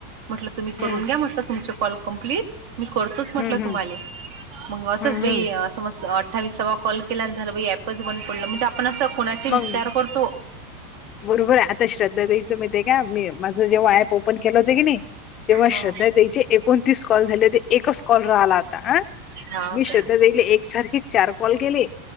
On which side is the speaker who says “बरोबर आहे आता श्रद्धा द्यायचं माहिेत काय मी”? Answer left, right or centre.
Left